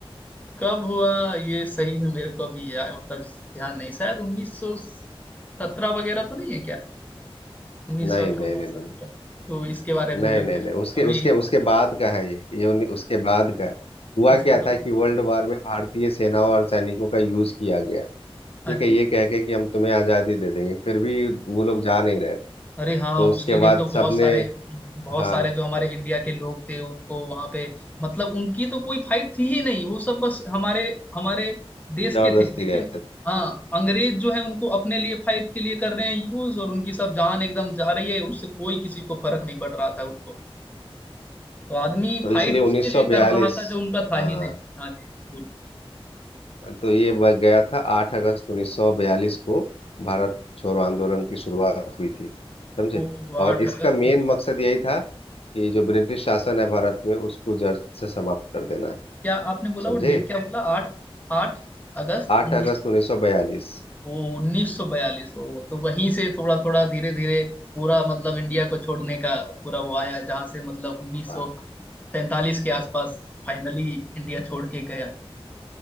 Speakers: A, on the left; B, on the left.
A: कब हुआ ये सही में मेरे को अभी या, मतलब ध्यान नहीं शायद उन्नीस सौ सत्रह वगैरह तो नहीं है क्या उन्नीस
B: नहीं
A: सौ अट्ठावन
B: नहीं नहीं
A: सत्रह
B: नहीं
A: तो इसके बारे में
B: नहीं
A: मेरे
B: नहीं
A: को
B: नहीं उसके
A: अभी
B: उसके
A: ध्यान-
B: उसके बाद का है ये ये उन्नी- उसके बाद का है। हुआ
A: उसके
B: क्या
A: बाद
B: था कि वर्ल्ड वार में भारतीय सेनाओं और सैनिकों का यूज किया गया
A: हाँ
B: ठीक
A: जी
B: है ये कह के कि हम तुम्हें आजादी दे देंगे फिर भी वो लोग जा नहीं रहे थे
A: अरे हाँ
B: तो उसके
A: उसके लिए
B: बाद
A: तो बहुत
B: सबने
A: सारे बहुत
B: हाँ
A: सारे जो हमारे इंडिया के लोग थे उनको वहां पे मतलब उनकी तो कोई फाइट थी ही नहीं वो सब बस हमारे हमारे देश
B: जबरदस्ती
A: के थे लेकिन
B: गए
A: हाँ अंग्रेज जो है उनको अपने लिए फाइट के लिए कर रहे हैं यूज और उनकी सब जान एकदम जा रही है उससे कोई किसी को फर्क नहीं पड़ रहा था उनको तो आदमी
B: तो
A: फाइट
B: इसीलिए 1942
A: उसके लिए कर रहा था जो उनका था
B: हाँ
A: ही नहीं हाँ जी बोलिए
B: तो ये ब- गया था 8 अगस्त 1942 को भारत छोड़ो आंदोलन की शुरुआत हुई थी समझे
A: तो आठ
B: और इसका
A: अगस्त
B: मेन
A: उन्नीस
B: मकसद यही था कि जो ब्रिटिश शासन है भारत में उसको जड़ से समाप्त कर देना है
A: क्या आपने बोला
B: समझे
A: वो डेट क्या बोला आठ आठ अगस्त
B: 8
A: उन्नीस
B: अगस्त 1942
A: सौ उन्नीस सौ बयालीस ओ तो वहीं से थोड़ा थोड़ा धीरे धीरे पूरा मतलब इंडिया को छोड़ने का पूरा वो आया जहाँ से मतलब उन्नीस
B: हाँ
A: सौ सैंतालीस के आसपास फाइनली इंडिया छोड़ के गया